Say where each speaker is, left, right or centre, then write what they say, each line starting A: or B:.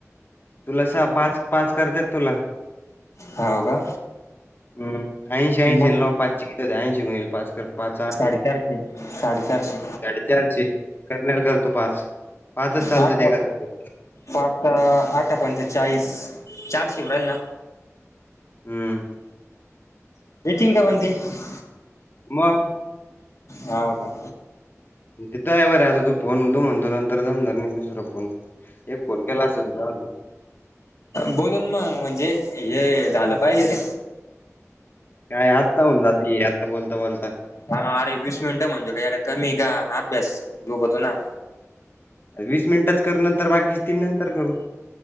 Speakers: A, on the left (about 40°); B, on the left (about 70°).
A: तुला स पास पास करतात तुला.
B: हाव का.
A: हम ऐंशी ऐंशी
B: मग
A: नऊ पाचे क होते ऐंशी गुणुले पाच कर. पाच अटी
B: साडेचारशे साडेचारशे
A: साडेचारशे करण्यार करतो पास. पाचच चालत
B: आठ
A: ते एका जनाला.
B: पाच आठा पंच चाळीस चारशे होवून राहिले ना.
A: हम्म.
B: <unintelligible>
A: मग.
B: ह का.
A: तिथं आहे वरे आता तू फोनण तू म्हणतो नर जमणार नाही दुसरां. फोन एक फोन केला अस तुझ अज
B: बोलून मग म्हणजे हे झालं पाहिजे तेे.
A: काय आत्ता होऊन जाती आत्ता बोलता बोलता.
B: हा अरे वीस मिनिटं म्हणजे काय कमी का अभ्यास बुडतो ना.
A: वीस मिनिटच करू नंतर बाकीच तीन नंतर करू.